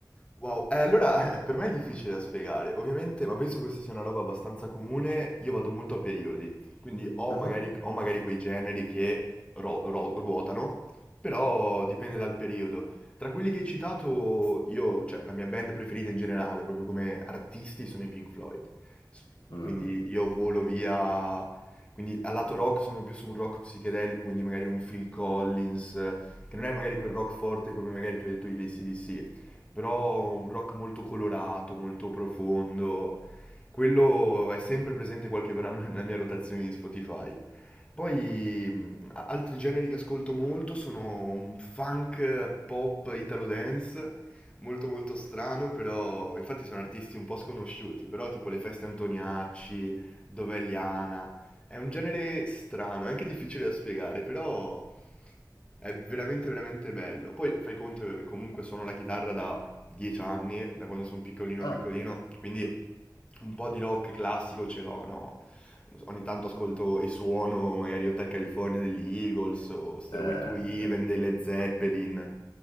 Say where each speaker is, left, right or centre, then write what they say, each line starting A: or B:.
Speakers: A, on the left; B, on the left.
A: Wow, eh, allora <laughs> per me è difficile da spiegare, ovviamente, ma penso questa sia una roba abbastanza comune, io vado molto a periodi, quindi ho
B: Ah,
A: magari, ho magari quei generi che ro- ro- ruotano, però dipende dal periodo. Tra quelli che hai citato, io, cioè la mia band preferita in generale, proprio come artisti, sono i Pink Floyd, S-
B: mm.
A: quindi io volo via, quindi al lato rock sono più su un rock psichedelico, quindi magari un Phil Collins, che non è magari quel rock forte come magari tu hai detto gli ac però un rock molto colorato, molto profondo. Quello è sempre presente qualche brano nella mia rotazione di Spotify. Poi mh, a- altri generi che ascolto molto sono un funk eh, pop italo dance, molto molto strano, però infatti sono artisti un po' sconosciuti, però tipo le feste Antoniacci, Dovegliana, è un genere strano, è anche difficile da spiegare, però è veramente veramente bello. Poi fai conto che vabbè, comunque suono la chitarra da 10 anni, da quando sono piccolino
B: Ah,
A: piccolino, quindi un po' di rock classico ce l'ho, no? ogni tanto ascolto e suono magari Hotel California degli Eagles o Stairway
B: eh,
A: to Heaven
B: bello.
A: delle Zeppelin,